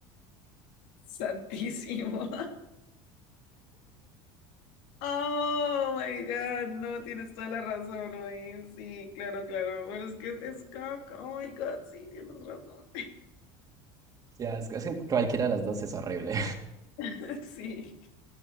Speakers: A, on the left; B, on the right.
A: santísimo. <laughs> Oh my God, no, tienes toda la razón, oye, sí, claro, claro, pero es que es, es caca, oh my God, sí, tienes razón.
B: Qué asco, es que cualquiera de las dos es horrible.
A: <laughs> Sí,